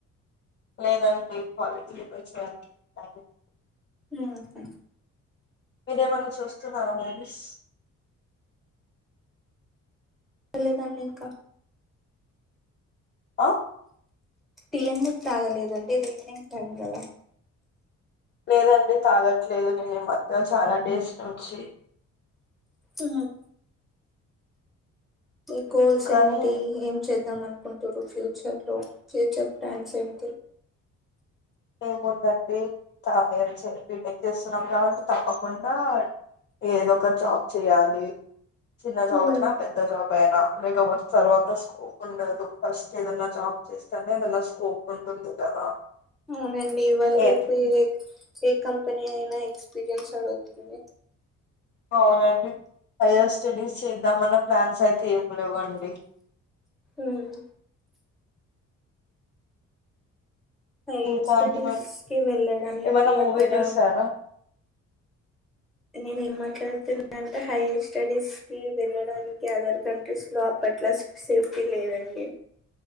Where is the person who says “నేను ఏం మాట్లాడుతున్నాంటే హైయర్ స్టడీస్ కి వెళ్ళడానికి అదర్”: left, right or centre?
Centre